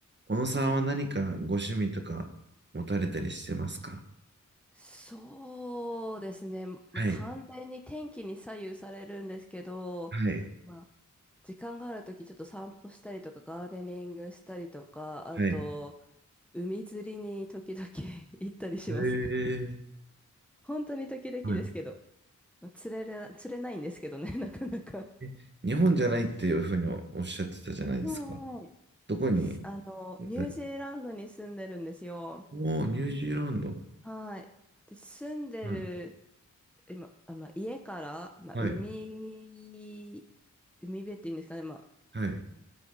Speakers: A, on the right (about 35°); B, in the centre.
A: 小野さんは何かご趣味とか持たれたりしてますか
B: そうですね。もう完全に天気に左右されるんですけど、
A: はい、はい、
B: まあ、時間があるときちょっと散歩したりとか、ガーデニングしたりとか、あと、
A: はい。
B: 海釣りに時々 <laughs> 行ったりしますね。
A: えー、
B: 本当に時々ですけど、
A: は
B: まあ、釣れる、釣れないんですけどね、<laughs> なかなか。
A: い。え日本じゃないっていうふうにおおっしゃってたじゃないですか。
B: はいはい。
A: どこに
B: あの、
A: い
B: ニュージーランドに住んでるんですよ。
A: おー、ニュージーランド。
B: はい。で、住んでる
A: はい、
B: 今、あ、まあ、家から、まあ、
A: はい、
B: 海、海辺っていうんですかね、まあ、
A: はい。